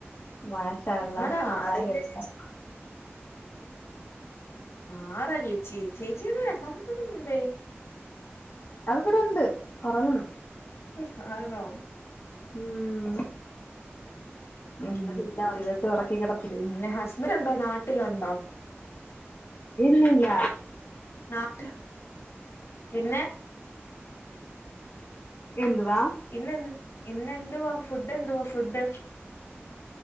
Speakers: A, on the left; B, on the left.
A: മാശാഅള്ളാ
B: ആടാ
A: നന്നായി വരട്ടെ
B: ആടാ ചേച്ചി ചേച്ചിയുടെ രണ്ടാമത്തെ കുഞ്ഞെന്തേ
A: അത് ബടെ ഉണ്ട് ഒറങ്ങുന്നു
B: സാ നോ
A: ഉം എന്താ
B: ഉം
A: ചെയ്യാ ഒരു വിധത്തി ഒറക്കി കിടത്തി
B: പിന്നെ ഹസ്ബൻ്റ് ഉണ്ടോ നാട്ടിലുണ്ടോ
A: ഇല്ലില്ല
B: നാട്ട് പിന്നെ
A: എന്തുവാ
B: ഇന്നെ ഇന്നെന്തുവാ ഫുഡ് എന്തുവാ ഫുഡ്